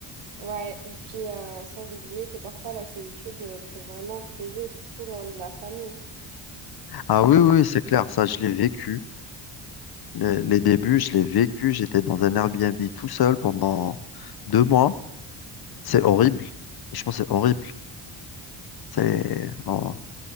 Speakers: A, on the right; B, on the left.
A: Ouais, et puis euh, sans oublier que parfois la solitude euh, peut vraiment peser, surtout loin de la famille.
B: Ah oui, oui, c'est clair, ça, je l'ai vécu. Les, les débuts, je l'ai vécu. J'étais dans un Airbnb tout seul pendant deux mois. C'est horrible. Franchement, c'est horrible. C'est, on,